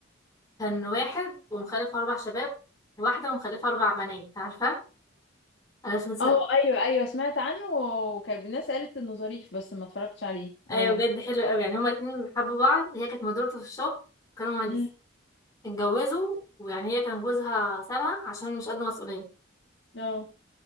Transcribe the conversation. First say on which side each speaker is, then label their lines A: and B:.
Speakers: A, on the left (about 20°); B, on the left (about 60°).
A: كان واحد ومخلف اربع شباب واحده ومخلفه اربع بنات عارفه انا مش متس...
B: اه ايوه ايوه سمعت عنه وكان الناس قالت انه ظريف بس ما اتفرجتش عليه
A: ايوه
B: ايوه
A: بجد حلو قوي يعني هما اتنين حبوا بعض هي كانت مديرته في الشغل كانوا مهندسين
B: امم
A: اتجوزوا ويعني هي كان جوزها سابها عشان مش قد مسؤولية
B: اه